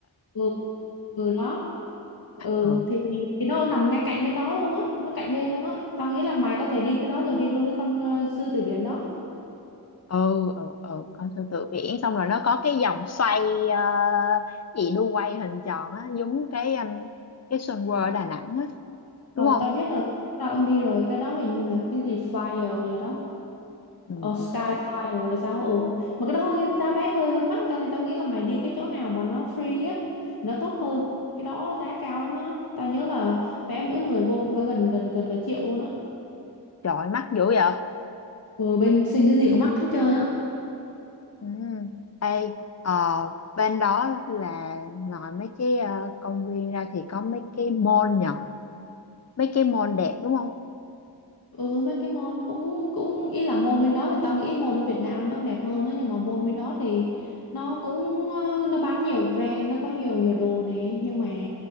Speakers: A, on the left; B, on the left.
A: ừ. ừ đó ừ
B: ừ
A: thì thì nó nằm ngay cạnh bên đó luôn á nó cạnh bên luôn á tao nghĩ là mày có thể đi cái đó rồi đi luôn cái con ờ, sư tử biển đó
B: ừ ừ, ừ. con sư tử biển xong rồi nó có cái vòng xoay ờ, gì đu quay hình tròn á giống cái um, cái Sun World Đà Nẵng á đúng
A: rồi
B: không
A: tao biết rồi tao cũng đi rồi cái đó hình như là cái gì flyer gì đó
B: ừ,
A: ờ sky
B: ừ.
A: flyer hay sao ừ mà cái đó hơi giá vé hơi hơi mắc cho nên tao nghĩ là mày đi cái chỗ nào mà nó free á nó tốt hơn cái đó giá cao lắm á tao nhớ là vé mỗi người vô cũng cả gần gần gần cả triệu luôn á
B: trời ơi, mắc dữ vậy
A: ừ bên sinh cái gì cũng mắc hết trơn á
B: Ừ. Ê, ờ, bên đó là ngoài mấy cái ờ, công viên ra thì có mấy cái mall nhở Mấy cái mall đẹp đúng không?
A: Ừ mấy cái môn cũng cũng ý là môn bên đó thì tao nghĩ môn ở Việt Nam nó đẹp hơn đó nhưng mà môn bên đó thì nó cũng ờ, nó bán nhiều brand nó có nhiều nhiều đồ nè nhưng mà